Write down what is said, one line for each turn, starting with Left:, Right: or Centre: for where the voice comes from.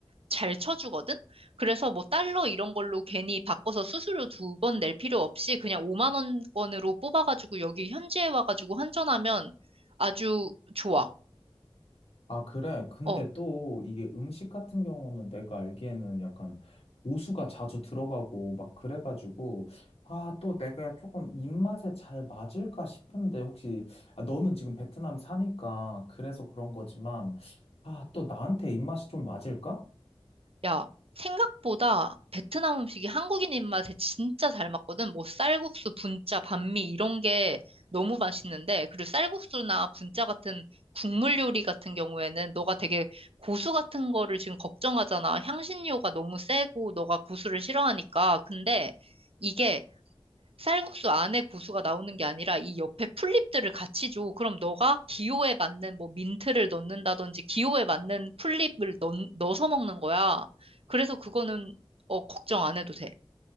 Right: 잘 쳐주거든? 그래서 뭐 달러 이런 걸로 괜히 바꿔서 수수료 두 번 낼 필요 없이 그냥 5만 원권으로 뽑아가지고 여기 현지에 와가지고 환전하면 아주 좋아.
Left: 아, 그래. 근데
Right: 어.
Left: 또 이게 음식 같은 경우는 내가 알기에는 약간 고수가 자주 들어가고 막 그래가지고, 아, 또 내가 조금 입맛에 잘 맞을까 싶은데 혹시, 아, 너는 지금 베트남 사니까 그래서 그런 거지만, 아, 또 나한테 입맛이 좀 맞을까?
Right: 야, 생각보다 베트남 음식이 한국인 입맛에 진짜 잘 맞거든. 뭐 쌀국수, 분짜, 반미 이런 게 너무 맛있는데, 그리고 쌀국수나 분짜 같은 국물 요리 같은 경우에는 너가 되게 고수 같은 거를 지금 걱정하잖아. 향신료가 너무 세고 너가 고수를 싫어하니까. 근데 이게 쌀국수 안에 고수가 나오는 게 아니라 이 옆에 풀잎들을 같이 줘. 그럼 너가 기호에 맞는 뭐 민트를 넣는다든지 기호에 맞는 풀잎을 넣, 넣어서 먹는 거야. 그래서 그거는 어, 걱정 안 해도 돼.